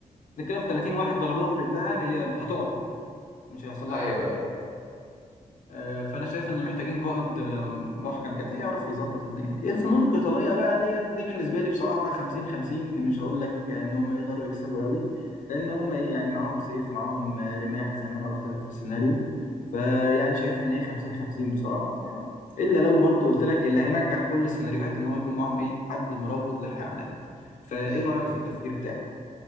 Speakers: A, on the left; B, on the right.
A: نتكلم في 30 واحد ضربوها في رجلها هي هتعرج مش هيحصل لها
B: أيوه
A: حاجه
B: أيوه
A: آه، فانا شايف ان محتاجين قائد آه، محكم كده يعرف يظبط الدنيا دي الفنون القتاليه بقى ديت دي بالنسبه لي بصراحه 50 50 مش هقول لك ان هم يقدروا يكسبوا قوي لان هم ايه يعني معاهم سيف معاهم آه، رماح زي ما انا قلت لك في السيناريو فيعني شايف ان هي 50 50 بصراحه يعني الا لو برضو قلت لك اللي هينجح كل السيناريوهات ان هو يكون معاهم ايه حد مروض للحيوانات فايه
B: بالظبط
A: رايك
B: كده
A: في التفكير بتاعي